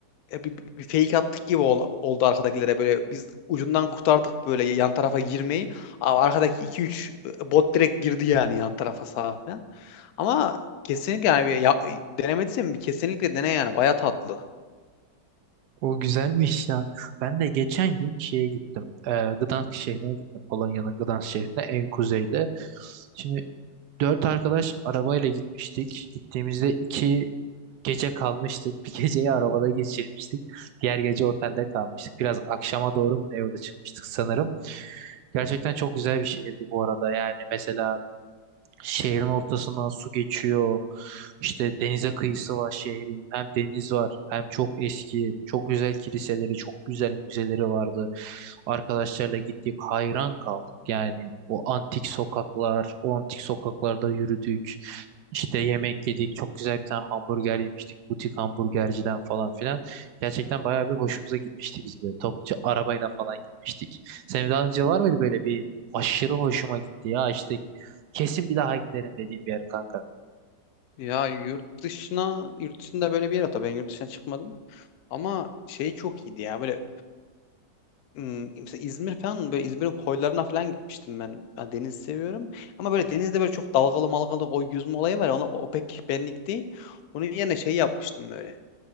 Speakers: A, on the left; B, on the right.
A: e, bir, bir fake attık gibi ol- oldu arkadakilere böyle biz ucundan kurtardık böyle yan tarafa girmeyi. Ama arkadaki 2-3 bot direkt girdi yani yan tarafa sağa falan. Ama kesinlikle yani bir ya, denemediysen bir kesinlikle dene yani baya tatlı.
B: O güzelmiş ya. Ben de geçen gün şeye gittim. E, Gdansk şehrine gittim. Polonya'nın Gdansk şehrine en kuzeyde. Şimdi dört arkadaş arabayla gitmiştik. Gittiğimizde iki Gece kalmıştık. <laughs> Bir geceyi arabada geçirmiştik. Diğer gece otelde kalmıştık. Biraz akşama doğru mu ne yola çıkmıştık sanırım. Gerçekten çok güzel bir şehirdi bu arada. Yani mesela Şehrin ortasından su geçiyor. İşte denize kıyısı var şehrin. Hem deniz var, hem çok eski, çok güzel kiliseleri, çok güzel müzeleri vardı. Arkadaşlarla gittik, hayran kaldık. Yani o antik sokaklar, o antik sokaklarda yürüdük. İşte yemek yedik, çok güzel bir tane hamburger yemiştik, butik hamburgerciden falan filan. Gerçekten bayağı bir hoşumuza gitmişti bizim böyle topluca arabayla falan gitmiştik. Senin daha önce var mıydı böyle bir aşırı hoşuma gitti ya işte Kesin bir daha giderim dediğim bir yer kanka.
A: Ya yurt dışına yurt dışında böyle bir yer hatta ben yurt dışına çıkmadım ama şey çok iyiydi ya böyle Hmm, mesela İzmir falan böyle İzmir'in koylarına falan gitmiştim ben. Ya deniz seviyorum. Ama böyle denizde böyle çok dalgalı malgalı o yüzme olayı var. ya, Ona, o pek benlik değil. Onun yerine şey yapmıştım böyle.